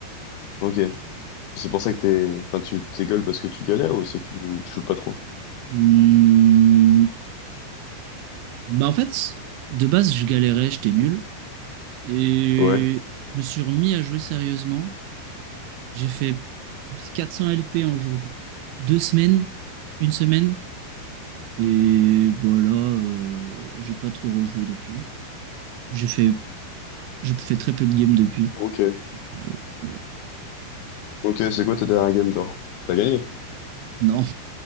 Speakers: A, on the left; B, on the right.
A: Ok. C'est pour ça que t'es, enfin, tu t'es gueule parce que tu galères ou c'est que tu, tu joues pas trop?
B: Hmm, Bah en fait, de base, je galérais, j'étais nul. Et
A: Ouais.
B: je me suis remis à jouer sérieusement. J'ai fait plus 400 LP en jour, deux semaines, une semaine. Et voilà, euh, j'ai pas trop rejoué depuis. J'ai fait, j'ai fait très peu de games depuis.
A: Ok.
B: Euh, ouais.
A: Ok, c'est quoi ta dernière game, genre? T'as gagné?
B: Non,